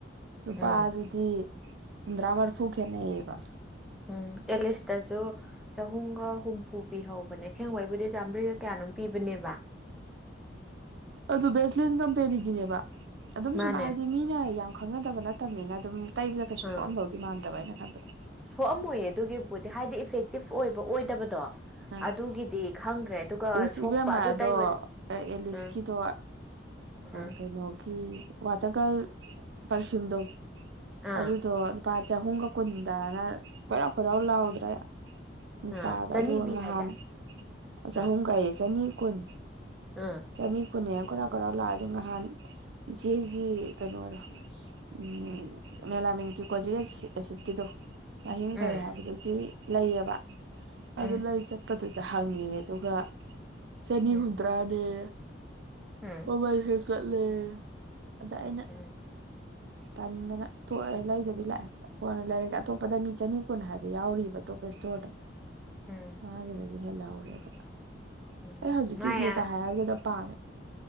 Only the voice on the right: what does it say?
ꯅꯨꯄꯥ
ꯑꯗꯨꯗꯤ ꯍꯨꯝꯗ꯭ꯔꯥ ꯃꯔꯤꯐꯨ ꯈꯦꯠꯅꯩꯌꯦꯕ
ꯑꯗꯨ ꯕꯦꯁꯂꯤꯟ ꯀꯝꯄꯦꯅꯤꯒꯤꯅꯦꯕ ꯑꯗꯨꯝ
ꯁꯨꯝ ꯍꯥꯏꯗꯤ ꯃꯤꯅ ꯌꯥꯝ ꯈꯪꯅꯗꯕ ꯅꯠꯇꯕꯅꯤꯅ ꯑꯗꯨꯝ ꯇꯩꯕꯗ ꯀꯩꯁꯨ
ꯁꯣꯛꯑꯝꯗꯧꯗꯤ ꯃꯥꯟꯗꯕ ꯍꯥꯏꯅ ꯈꯟꯕꯗꯣ
ꯑ
ꯏꯁ
ꯏꯕꯦꯝꯃ
ꯑꯗꯣ
ꯑꯦꯂꯤꯁꯀꯤꯗꯣ
ꯑ
ꯀꯩꯅꯣꯒꯤ ꯋꯥꯇꯔꯒꯜ ꯄꯔꯁꯌꯨꯝꯗꯣ
ꯑꯗꯨꯗꯣ ꯂꯨꯄꯥ ꯆꯍꯨꯝꯒ ꯀꯨꯟꯗꯅ ꯈꯣꯏꯔꯥꯎ ꯀꯣꯏꯔꯥꯎ ꯂꯥꯎꯗ꯭ꯔꯦ ꯏꯟꯁꯇꯥꯗ
ꯑꯗꯨꯒ
ꯉꯍꯥꯟ
ꯆꯍꯨꯝꯒꯥꯏꯌꯦ
ꯆꯅꯤ ꯀꯨꯟ
ꯆꯅꯤ ꯄꯨꯅꯦ ꯀꯧꯔꯥꯎ ꯀꯧꯔꯥꯎ ꯂꯥꯛꯑꯦ ꯑꯗꯣ ꯅꯍꯥꯟ ꯏꯆꯦꯒꯤ ꯀꯩꯅꯣꯗꯣ ꯎ ꯃꯦꯂ ꯃꯦꯟꯀꯤ ꯀꯣꯖꯤꯁꯤ ꯁꯤꯠꯀꯤꯗꯣ ꯂꯍꯤꯡ ꯐꯩ
ꯍꯥꯏꯕꯗꯨꯒꯤ ꯂꯩꯌꯦꯕ ꯑꯗꯨ
ꯂꯩ ꯆꯠꯄꯗꯨꯗ ꯍꯪꯉꯤꯅꯦ ꯑꯗꯨꯒ ꯆꯅꯤ
ꯍꯨꯝꯇ꯭ꯔꯥꯅꯦ
ꯑꯣꯃꯜ ꯍꯀꯠꯂꯦ ꯑꯗ ꯑꯩꯅ
ꯇꯟꯗꯅ ꯇꯣꯛꯑꯦ ꯂꯩꯗꯕꯤ ꯂꯥꯛꯑꯦ ꯀꯣꯟꯅ ꯂꯩꯔꯒꯦ ꯑꯇꯣꯞꯄꯗ ꯃꯤ ꯆꯅꯤ ꯀꯨꯟ ꯍꯥꯏꯕ ꯌꯥꯎꯔꯤꯕ ꯑꯇꯣꯞꯄꯁꯨ ꯆꯣꯗ
ꯃꯥꯒꯤꯗꯗꯤ ꯍꯦꯜꯍꯧꯔꯦꯗ
ꯑꯩ ꯍꯧꯖꯤꯛꯀꯤ
ꯒ꯭ꯂꯨꯇ ꯍꯥꯏꯔꯒꯤꯗꯣ ꯄꯥꯝꯃꯦ